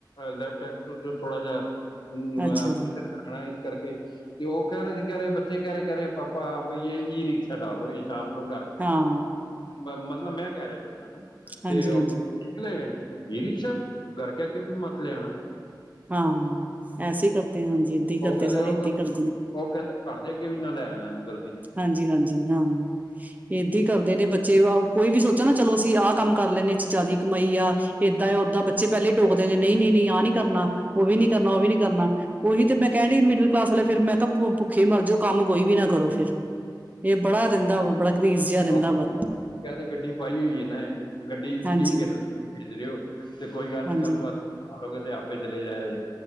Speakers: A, on the left (about 70°); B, on the right (about 20°).
A: ਲੈਪਟਾਪ ਤੇ ਜੋ ਥੋੜਾ ਜਿਹਾ ਅਮ
B: ਅੱਛਾ ਜੀ
A: <unintelligible> ਕਰਨਾ ਇਸ ਕਰਕੇ ਤੇ ਉਹ ਕਹਿ ਰਹੇ ਸੀ ਕਹਿ ਰਹੇ, ਬੱਚੇ ਕਹਿ ਰਹੇ ਕਹਿ ਰਹੇ ਪਾਪਾ ਭਈ ਯੇ ਇ ਰਿਕਸ਼ਾ ਡਾਲ ਦੋ ਸ਼ਾਮ ਕੋ ਘਰ
B: ਹਾਂ
A: ਮਤਲਬ ਮੈਂ ਕਹਿ ਰਿਹਾ ਸੀ ਉਹਨਾਂ ਨੂੰ
B: ਹਾਂਜੀ
A: ਤੇ ਉਹ
B: ਹਾਂਜੀ
A: ਨਿਕਲੇ ਈ ਰਿਕਸ਼ਾ। ਘਰ ਕੇ ਆਗੇ ਬੀ ਮੱਤ ਲੈ ਆਣਾ।
B: ਹਾਂ ਐਸੇ ਹੀ ਕਰਤੇ, ਹਾਂਜੀ ਇੱਦਾਂ ਹੀ ਕਰਦੇ
A: ਉਹ ਕਹਿੰਦੇ
B: ਸਾਰੇ,
A: ਉਹ
B: ਇੱਦਾਂ ਹੀ ਕਰਦੇ ਨੇ।
A: ਉਹ ਕਹਿੰਦੇ ਘਰ ਦੇ ਅੱਗੇ ਵੀ ਨਾ ਲੈ ਆਣਾ ਇਹਨੂੰ ਗਲ
B: ਹਾਂਜੀ-ਹਾਂਜੀ ਹਾਂ ਇਹ ਇੱਦਾਂ ਹੀ ਕਰਦੇ ਨੇ ਬੱਚੇ, ਕੋਈ ਵੀ ਸੋਚੋ ਨਾ ਚਲੋ ਅਸੀਂ ਆ ਕਰ ਲੈਂਦੇ ਇਹ ਚ ਜ਼ਿਆਦੀ ਕਮਾਈ ਆ। ਇੱਦਾਂ ਆ, ਓਦਾਂ ਬੱਚੇ ਪਹਿਲੇ ਹੀ ਟੋਕ ਦੇਣਗੇ ਨਹੀਂ-ਨਹੀਂ-ਨਹੀਂ ਆਹ ਨਹੀਂ ਕਰਨਾ। ਉਹ ਵੀ ਨਹੀਂ ਕਰਨਾ, ਉਹ ਵੀ ਨਹੀਂ ਕਰਨਾ। ਉਹੀ ਤੇ ਮੈਂ ਕਹਿਣ ਦਈ ਮਿਡਲ ਕਲਾਸ ਵਾਲੇ ਫਿਰ ਮੈਂ ਕਿਹਾ ਭੁੱਖੇ ਮਰਜੋ ਕੰਮ ਕੋਈ ਵੀ ਨਾ ਕਰੋ ਫਿਰ, ਇਹ ਬੜਾ ਰਹਿੰਦਾ ਵਾ ਬੜਾ ਘਰੀਸ ਜਿਹਾ ਰਹਿੰਦਾ
A: ਕਹਿੰਦੇ
B: ਵਾ
A: ਗੱਡੀ ਪਾਈ ਹੋਈ ਹੈ ਇਹਨੇ। ਗੱਡੀ
B: ਹਾਂਜੀ
A: ਠੀਕ ਹੈ <unintelligible> ਭੇਜ ਰਹੇ ਹੋ। ਤੇ ਕੋਈ ਗੱਲ ਨੀ
B: ਹਾਂਜੀ
A: ਕੱਲ ਨੂੰ ਆਜੋ ਨਹਾ ਧੋ ਕੇ ਤੇ ਆਪੇ ਚਲੇ ਜਾਏ ਜੇ।